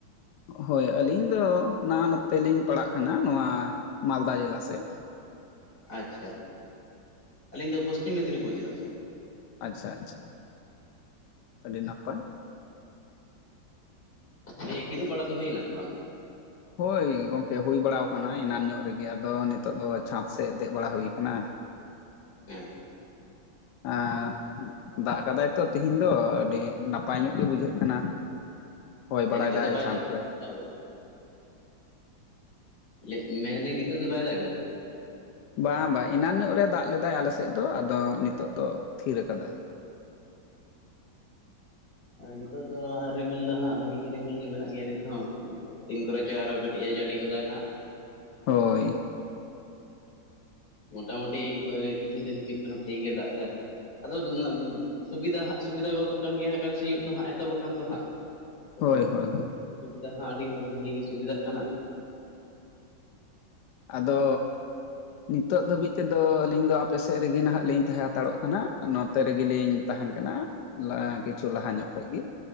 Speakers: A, on the left; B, on the left.
A: ᱦᱳᱭ ᱟᱹᱞᱤᱧ ᱫᱚ ᱱᱟᱜ-ᱟ ᱱᱟᱛᱮ ᱞᱤᱧ ᱯᱟᱲᱟᱜ ᱠᱟᱱᱟ ᱱᱚᱣᱟ ᱢᱟᱞᱫᱟ ᱡᱮᱞᱟ ᱥᱮᱡ᱾
B: ᱟᱪᱷᱟ-ᱟᱪᱷᱟ ᱟᱹᱞᱤᱧ ᱫᱚ ᱯᱚᱥᱪᱤᱢ ᱢᱮᱫᱽᱱᱤᱯᱩᱨ ᱡᱮᱞᱟ ᱠᱷᱚᱡ᱾
A: ᱟᱪᱷᱟ-ᱟᱪᱷᱟ ᱟᱹᱰᱤ ᱱᱟᱯᱟᱭ᱾
B: ᱫᱤᱭᱮ, ᱠᱤᱫᱩᱵ ᱵᱟᱲᱟ ᱫᱚ ᱦᱩᱭᱱᱟ ᱥᱮ ᱵᱟᱝ?
A: ᱦᱳᱭ ᱜᱚᱝᱠᱮ ᱦᱩᱭ ᱵᱟᱲᱟᱣ ᱠᱟᱱᱟ ᱮᱱᱟᱱ ᱧᱚᱜ ᱨᱮᱜᱮ ᱟᱫᱚ ᱱᱤᱛᱚᱜ ᱫᱚ ᱪᱷᱟᱸᱫᱽ ᱥᱮᱫ ᱫᱮᱡ ᱵᱟᱲᱟ ᱦᱩᱭ ᱠᱟᱱᱟ᱾
B: ᱦᱩᱸ᱾
A: ᱮᱸᱻ, ᱫᱟᱜ ᱠᱟᱫᱟᱭ ᱛᱚ ᱛᱤᱦᱤᱧ ᱫᱚ ᱟᱹᱰᱤ ᱱᱟᱯᱟᱭ
B: ᱦᱮᱸ
A: ᱧᱚᱜ ᱜᱮ ᱵᱩᱡᱷᱟᱹᱜ ᱠᱟᱱᱟ᱾ ᱦᱚᱭ ᱵᱟᱲᱟᱭ
B: ᱱᱤᱛᱚᱜ
A: ᱫᱟᱭ
B: ᱫᱚ ᱵᱟᱭ
A: ᱪᱷᱟᱸᱛ
B: ᱫᱟᱜ
A: ᱨᱮ᱾
B: ᱫᱟᱜ ᱮᱫᱟ ᱡᱮ, ᱢᱮ‌ ᱵᱤ ᱱᱤᱛᱳᱜ ᱫᱚ ᱵᱟᱭ ᱫᱟᱜᱮᱫ-ᱟ᱾
A: ᱵᱟᱝ ᱵᱟᱝ ᱮᱱᱟᱱ ᱧᱚᱜ ᱨᱮ ᱫᱟᱜ ᱞᱮᱫᱟᱭ ᱟᱞᱮ ᱥᱮᱡ ᱫᱚ, ᱟᱫᱚ ᱱᱤᱛᱚᱜ ᱫᱚ ᱛᱷᱤᱨ ᱠᱟᱫᱟᱭ᱾
B: ᱟᱸᱜ ᱱᱤᱛᱳᱜ ᱫᱚ ᱨᱤᱢᱤᱞ ᱫᱚ ᱦᱟᱸᱜ ᱵᱷᱟᱜᱤ ᱜᱮ ᱨᱤᱢᱤᱞ ᱜᱮ ᱢᱮᱱᱟᱜ ᱜᱮᱭᱟ ᱱᱤᱛ ᱦᱚᱸ᱾ ᱛᱤᱱ ᱠᱚᱨᱮ ᱪᱚ ᱟᱨᱚ ᱠᱟᱹᱴᱤᱡ ᱮ ᱡᱟᱹᱲᱤ ᱜᱚᱫᱟᱭ ᱦᱟᱸᱜ᱾
A: ᱦᱳᱭ᱾
B: ᱢᱚᱴᱟ-ᱢᱩᱴᱤ <unintelligible> ᱠᱤᱪᱷᱩ ᱫᱤᱱ ᱦᱩᱭᱩᱜ ᱠᱟᱱᱟ ᱵᱷᱟᱜᱤ ᱜᱮ ᱫᱟᱜ ᱫᱟᱭ᱾ ᱟᱫᱚ ᱫᱤᱱᱟᱹᱢ ᱥᱩᱵᱤᱫᱟ ᱦᱟᱸᱜ ᱥᱩᱵᱤᱫᱟ ᱜᱚᱫᱚᱜ ᱠᱟᱱ ᱜᱮᱭᱟ ᱦᱟᱸᱜ, ᱪᱟᱥ ᱥᱤᱭᱳᱜ ᱫᱚ ᱦᱟᱸᱜ ᱮᱛᱚᱦᱚᱵ ᱟᱠᱟᱱ ᱫᱚ ᱦᱟᱸᱜ᱾ ᱛᱚ,
A: ᱦᱳᱭ ᱦᱳᱭ ᱦᱳᱭ
B: ᱚᱥᱩᱵᱤᱫᱷᱟ ᱦᱚᱸ ᱟᱹᱰᱤᱧ ᱵᱷᱟᱹᱜᱤ ᱜᱮ ᱥᱩᱵᱤᱫᱷᱟᱜ ᱠᱟᱱᱟ᱾
A: ᱟᱫᱚᱻ ᱱᱤᱛᱳᱜ ᱫᱷᱟᱹᱵᱤᱡ ᱛᱮᱫᱚ ᱟᱹᱞᱤᱧ ᱫᱚ ᱟᱯᱮ ᱥᱮᱫ ᱨᱮᱜᱮ ᱱᱟᱦᱟᱜ ᱞᱤᱧ ᱛᱟᱦᱮᱸ ᱦᱟᱛᱟᱲᱚᱜ ᱠᱟᱱᱟ, ᱚᱱᱟ ᱛᱮ ᱨᱮᱜᱮ ᱞᱤᱧ ᱛᱟᱦᱮᱱ ᱠᱟᱱᱟ, ᱚᱱᱟ ᱠᱤᱪᱷᱩ ᱞᱟᱦᱟ ᱧᱚᱜ ᱠᱷᱚᱡ ᱜᱮ,